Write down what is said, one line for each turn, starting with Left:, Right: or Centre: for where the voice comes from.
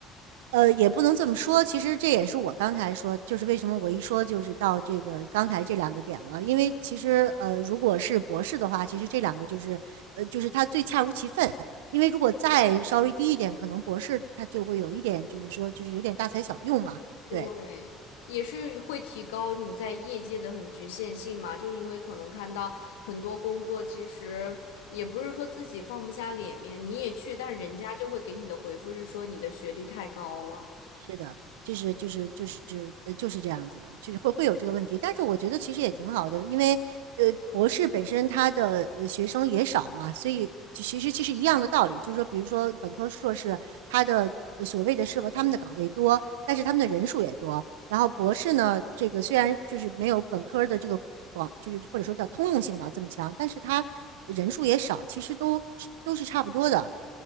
Right: 呃，也不能这么说。其实这也是我刚才说，就是为什么我一说就是到这个刚才这两个点了。因为其实呃，如果是博士的话，其实这两个就是呃，就是他最恰如其分。因为如果再稍微低一点，可能博士他就会有一点，就是说就是有点大材小用嘛。
Left: 对，
Right: 对，
Left: 也是会提高你在业界的很局限性嘛，就你会可能看到很多工作，其实也不是说自己放不下脸面，你也去，但人家就会给你的回复是说你的学历太高了。
Right: 是的，就是就是就是呃就是这样子的，就是会会有这个问题。但是我觉得其实也挺好的，因为呃博士本身他的呃学生也少嘛，所以其其实其实一样的道理，就是说比如说本科硕士他的。呃所谓的适合他们的岗位多，但是他们的人数也多。然后博士呢，这个虽然就是没有本科的这个广，就是或者说叫通用性吧这么强，但是他人数也少，其实都都是差不多的。